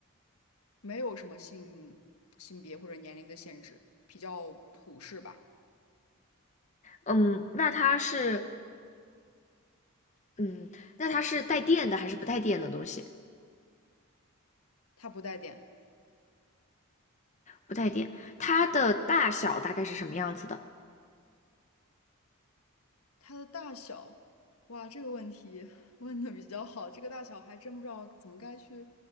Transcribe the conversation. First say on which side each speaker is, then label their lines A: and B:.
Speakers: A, on the left; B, on the left.
A: 没有什么性性别或者年龄的限制，比较普适吧。
B: 嗯，那它是，嗯，那它是带电的还是不带电的东西？
A: 它不带电，
B: 不带电，它的大小大概是什么样子的？
A: 它的大小，哇，这个问题问的比较好，这个大小还真不知道怎么该去